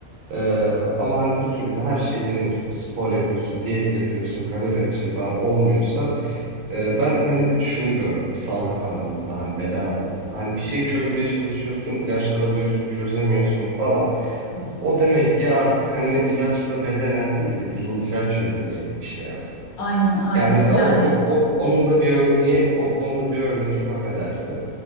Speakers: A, on the right; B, on the left.
A: Ee, ama hani bir türlü de her şeyi deniyorsun. Spor yapıyorsun, diyet yapıyorsun, kalori açığı falan olmuyorsa ee, ben hani şunu gördüm sağlık anlamında hani beden anlamında hani bir şeyi çözmeye çalışıyorsun ilaçlar alıyorsun çözemiyorsun falan
B: hı hı.
A: o demek ki artık hani ilaçla bedenen değil de zihinsel çözülecek bir şey aslında.
B: Aynen aynen
A: Yani mesela
B: yani.
A: o, o- o- onun da bir örneği o- onun da bir örneği çok affedersin.